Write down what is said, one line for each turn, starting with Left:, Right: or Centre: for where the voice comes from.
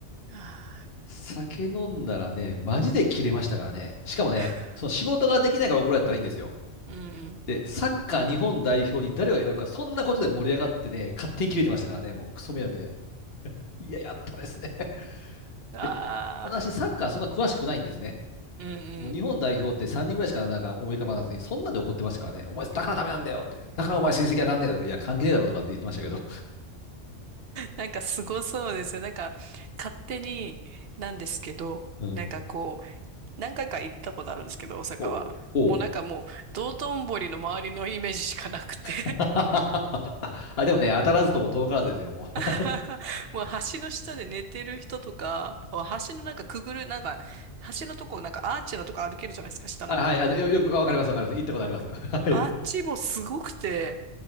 Right: あ
Left: 酒飲んだらね、マジで切れましたからね。しかもね、
Right: あ
Left: その仕事ができないから怒られたらいいんですよ。
Right: <laughs> うんうん。
Left: で、サッカー日本代表に誰を選ぶか、そんなことで盛り上がってね、勝手に切れてましたからね、もうクソ迷惑で。いや、やったですね。<laughs>
Right: ああ、
Left: で、私、サッカーそんな詳しくないんですね。
Right: うんうん。
Left: もう日本代表って3人ぐらいしかなんか思い浮かばなずに、そんなんで怒ってましたからね、お前、だからダメなんだよって、だからお前成績上がんねえだろって、いや、関係ねえだろとかって言ってましたけど。
Right: なんかすごそうですよ。なんか勝手になんですけど、
Left: <laughs> うん。
Right: なんかこう、何回か行ったことあるんですけど、大阪は。
Left: おう。おう
Right: もうなんかもう、道頓堀の周りのイメージしかなくて
Left: <laughs>。あ、でもね、当たらずとも遠からずですよ、もう。
Right: <laughs> もう橋の下で寝てる人とか、橋のなんかくぐる、なんか、橋のとこ、なんかアーチのとこ歩けるじゃないですか、下の方。
Left: あ、はい、あの、よ、<laughs> よく、あわかります、わかります。行ったことあります。
Right: うん
Left: <laughs> はい。
Right: あっちもすごくて、